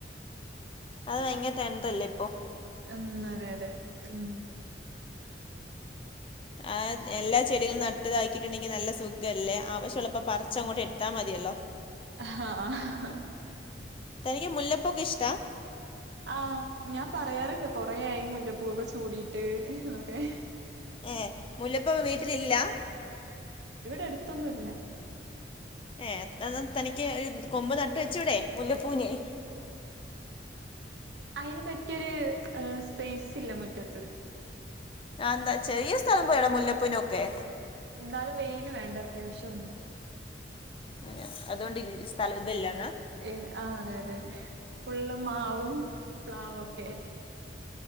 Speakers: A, on the left; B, on the right.
A: അത് ഭയങ്കര ടെണ്ട്റല്ലേ
B: ഉം അതെ അതെ ഉം
A: അ ആ എല്ലാ ചെടികളും നട്ടുതാക്കിയിട്ടുണ്ടെങ്കിൽ നല്ല സുഖല്ലേ ആവശ്യമുള്ളപ്പോൾ പറച്ചങ്ങോട്ട് എടുത്താൽ മതിയല്ലോ
B: ആഹ്
A: തനിക്ക് മുല്ലപ്പൊക്കെ ഇഷ്ടാ
B: ആ ഞാൻ പറയാറുണ്ട് കൊറെയായി മുല്ലപ്പൂവൊക്കെ ചൂടിട്ട് എന്നൊക്കെ
A: ഏ മുല്ലപ്പ വീട്ടിലില്ല
B: എടുത്തൊന്നുംല്ല
A: ഏ എന്ന തനിക്ക് ഒരു കൊമ്പ് നട്ട് വെച്ചുടെ മുല്ലപ്പൂന്
B: അയ്ൻ ന് പറ്റിയൊരു ഏ സ്പേസ് ഇല്ല മു റ്റത്ത്
A: എന്താ ചെറിയ സ്ഥലം പോയടാ മുല്ലപ്പൂനൊക്കെ
B: എന്നാലും വെയിൽ വേണ്ട അത്യാവശ്യം
A: ഉ അതുകൊണ്ട് സ്ഥലം ഇതല്ലാ
B: എ ആ അതെ അതെ ഫുള്ള് മാവും പ്ലാവൊ ക്കെ